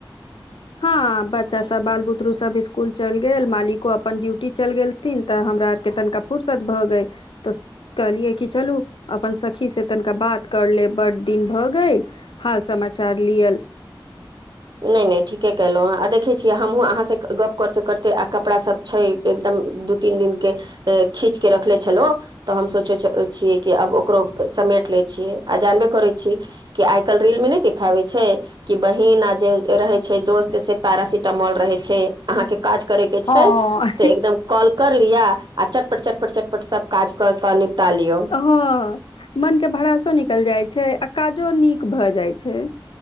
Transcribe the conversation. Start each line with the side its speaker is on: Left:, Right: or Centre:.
Left: हँ बच्चा सब बाल बुतरु सब स्कुल चलि गेल मालिको अपन ड्यूटी चलि गेल। थिन तऽ हमरा आरके तनिका फुरसत भऽ गय तऽ। कहलियै कि चलू अपन सखी से तनिका बात कर ले बड़ दिन भऽ गेल। हाल समाचार लिअल।
Right: नहि नहि ठीके केलहुॅं ह आ देख छ छीय हमहहुँ अहाँ से गप करते करते आ कपड़ा सब छै। एकदम दू तीन दिन के। खींच के रखले छलो तऽ हम सोचे छियै कि आब ओकरो समेट। ले छीय आ जानबे करे छी कि आइ कल् रील में नहि देखाबे। छै कि बहिन आ जे रहै छै दोस्त से पेरासिटामोल रहै छै अहाँके काज करे के
Left: हँ
Right: छै तऽ एकदम कॉल कर लिया आ चटपट चटपट चटपट सब काज कर के निपटा लियो।
Left: ह मन के भडासो निकल जाय छै आ काजो नीक भए जाइ छै।